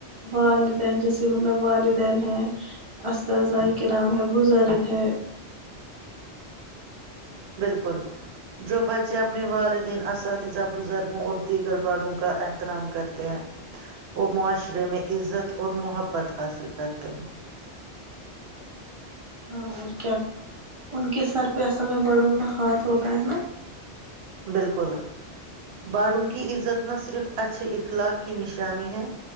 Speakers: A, on the right; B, on the right.
A: والدین جیسے مطلب والدین ہیں اسذہ کے نام ہے بزرگ ہے
B: بالکل جو بچے اپنے والدین اساتذہ بزرگوں اور دیگر باڑوں کا احترام کرتے ہیں وہ معاشرے میں عزت اور محبت حاصل کرتے ہیں
A: ہاں اور کیا ان کے سر پہ اصل میں بڑوں کا ہاتھ ہوتا ہے نا
B: بالکل باڑوں کی عزت نہ صرف اچھے اخلاق کی نشانی ہے